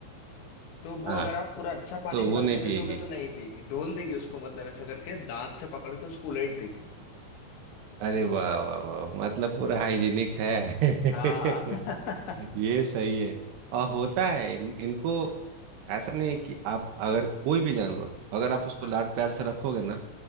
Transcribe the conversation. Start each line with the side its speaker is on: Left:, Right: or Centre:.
Left: तो वो
Right: हाँ
Left: अगर आप पूरा अच्छा पानी
Right: तो वो
Left: भर
Right: नहीं
Left: के दे
Right: पिएगी
Left: दोगे तो नहीं पिएगी ढोल देगी उसको मतलब ऐसा करके दांत से पकड़ के उसको उलेट देगी
Right: अरे वाह वाह वाह मतलब पूरा हाइजीनिक है <laughs>
Left: हाँ <laughs>
Right: ये सही है और होता है इन, इनको ऐसा नहीं है कि आप अगर कोई भी जानवर हो अगर आप उसको
Left: हाँ
Right: लाड प्यार से रखोगे ना